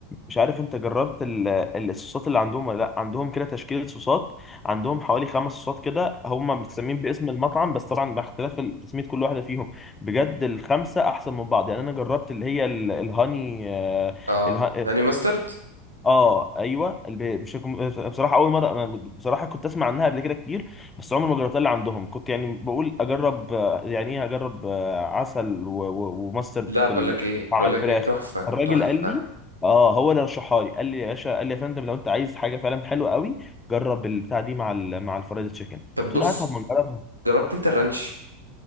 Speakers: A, on the left (about 20°); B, on the right (about 85°).
A: مش عارف انت جربت ال- ال- الصوصات اللي عندهم ولا لا عندهم كده تشكيلة صوصات عندهم حوالي خمس صوصات كده هم متسمين باسم المطعم بس طبعا مع اختلاف تسمية كل واحدة فيهم بجد الخمسة احسن من بعض يعني انا جربت اللي هي ال- الهاني آه،
B: اه
A: اله-
B: يعني ماسترد
A: اه ايوه الب- مش هكون- بصراحه اول مره انا كنت- بصراحه كنت اسمع عنها قبل كده كتير بس عمري ما جربتها اللي عندهم كنت يعني بقول اجرب آه، يعني ايه اجرب آه، عسل و- و- وماسترد
B: لا
A: في
B: بقول
A: ال...
B: لك ايه
A: مع
B: بقول
A: الفراخ
B: لك ايه تحفه
A: الراجل
B: تحفه
A: قال لي اه هو اللي رشحها لي قال لي يا باشا قال لي يا فندم لو انت عايز حاجه فعلا حلوه قوي جرب البتاع دي مع ال... مع الفرايد تشيكن قلت
B: طب بص
A: له هاتها ما نجربها
B: جربت انت الرانش